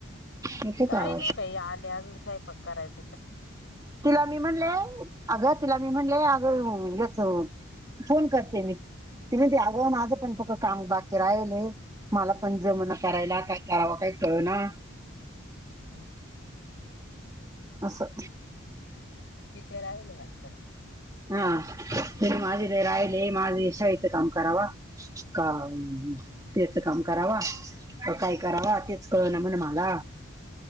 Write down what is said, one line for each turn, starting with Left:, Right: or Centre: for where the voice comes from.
Right: येतो
Left: काही
Right: का आवाज
Left: नाही बाई आले अजून साहेपाक करायच
Right: तिला मी म्हणले अगं तिला मी म्हणलेय अगं घच फोन करते मी त म्हती अगोून आज पण फक् काम बाकी राहिले मला पण
Left: करायचं
Right: जम ना करायला काय करावं काही कळू ना
Left: हम्
Right: अससं
Left: तिचर आला वाटत ना
Right: हा माझी ब राहिले माझ इशा येत काम करावा का त्याच काम करावा व काय करावा तेच कळ ना म्हणे मला